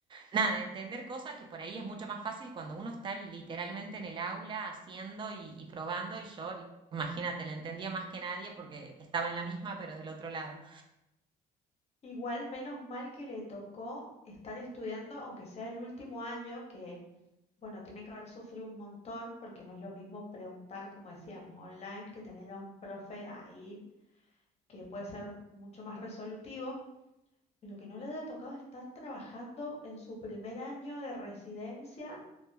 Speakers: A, on the right (about 30°); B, on the left (about 40°).
A: Nada, entender cosas que por ahí es mucho más fácil cuando uno está literalmente en el aula haciendo y, y probando y yo, imagínate, la entendía más que nadie porque estaba en la misma pero del otro lado.
B: Igual menos mal que le tocó estar estudiando, aunque sea el último año, que bueno, tiene que haber sufrido un montón, porque no es lo mismo preguntar, como decíamos, online, que tener a un profe ahí que puede ser mucho más resolutivo, pero que no le haya tocado estar trabajando en su primer año de residencia